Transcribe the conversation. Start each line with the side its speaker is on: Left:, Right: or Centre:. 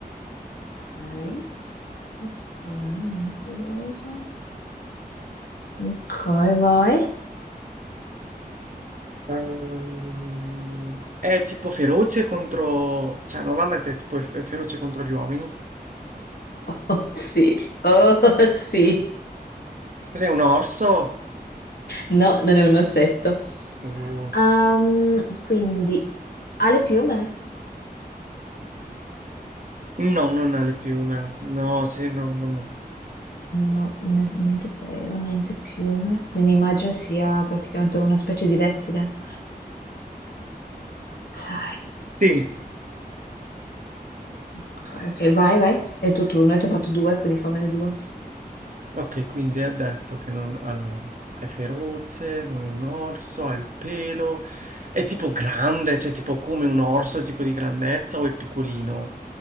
Left: Ok, ok, non è peloso. Ok, vai. <laughs>
Right: Ehm, è tipo feroce contro... Cioè, normalmente è tipo fe- feroce contro gli uomini.
Left: Oh sì, oh sì.
Right: Cos'è un orso?
Left: No, non è un orsetto.
Right: Oh.
Left: Ehm, quindi, ha le piume?
Right: No, non ha le piume. No, sì, no, no, no.
Left: No, n- niente pelo, niente piume. Quindi immagino sia praticamente una specie di rettile. Ok,
Right: Sì,
Left: ok, ok, vai, vai. È il tuo turno, io ti ho fatto due, quindi fammene due.
Right: ok, quindi ha detto che non... Allora, è feroce, non è un orso, ha il pelo, è tipo grande, cioè tipo come un orso, tipo di grandezza, o è piccolino?